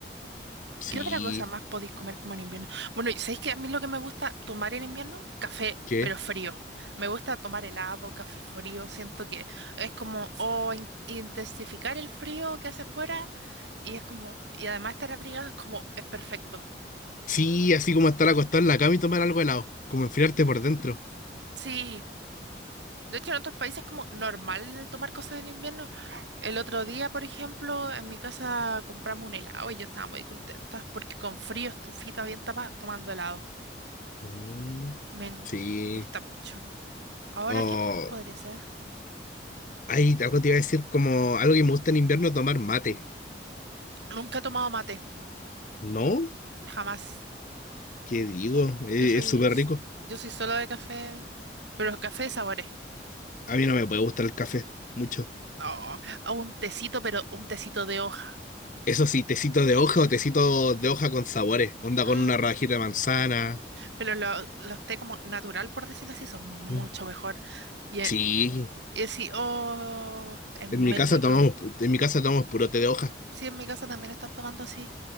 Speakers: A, on the left (about 45°); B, on the right (about 80°).
A: sí.
B: ¿Qué otra cosa más podéis comer como en invierno? Bueno, y ¿sabéis que a mí lo que me gusta tomar en invierno? Café,
A: ¿Qué?
B: pero frío. Me gusta tomar helado, café frío. Siento que es como, o intensificar el frío que hace afuera. Y es como, y además estar abrigado es como, es perfecto.
A: Sí, así como estar acostado en la cama y tomar algo helado, como enfriarte por dentro.
B: Sí. De hecho, en otros países es como normal tomar cosas en invierno. El otro día, por ejemplo, en mi casa compramos un helado y yo estaba muy contenta porque con frío, estufita bien tapada, tomando helado.
A: Mm,
B: Me en-
A: Sí.
B: gusta mucho. Ahora,
A: Oh,
B: ¿quién podría ser?
A: Ay, algo te iba a decir como algo que me gusta en invierno, tomar mate.
B: Nunca he tomado mate,
A: ¿No?
B: jamás.
A: ¿Qué digo?
B: Yo
A: Eh,
B: soy,
A: Es súper rico.
B: yo soy solo de café, pero café de sabores.
A: A mí no me puede gustar el café, mucho.
B: Oh, o un tecito, pero un tecito de hoja.
A: Eso sí, tecito de hoja o tecito de hoja con sabores. Onda
B: Mm,
A: con una rajita de manzana.
B: pero lo- los té como natural, por decirlo así, son mucho
A: Mm,
B: mejor. Y, e-
A: Sí,
B: y así, oh, es muy
A: en mi casa
B: rico.
A: tomamos, en mi casa tomamos puro té de hoja.
B: Sí, en mi casa también están tomando así.